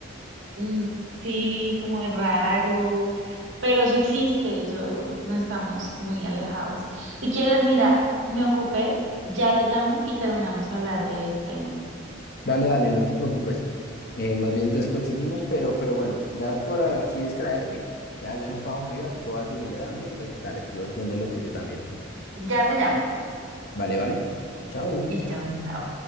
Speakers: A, on the right; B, on the left.
A: mm, sí, como de raro, pero eso existe, eso no estamos muy alejados. Si quieres, mira, me ocupé, ya te llamo y terminamos a hablar de ese tema.
B: Dale, dale, no te preocupes. Eh, más bien después seguimos, pero, pero bueno, gracias por aquí distraerme. Ya, ya no estaba aburrido, así que voy a seguirle dando y pues dale, tú atiende lo tuyo también.
A: Ya te llamo.
B: Vale, vale. Chao.
A: Listo, chao.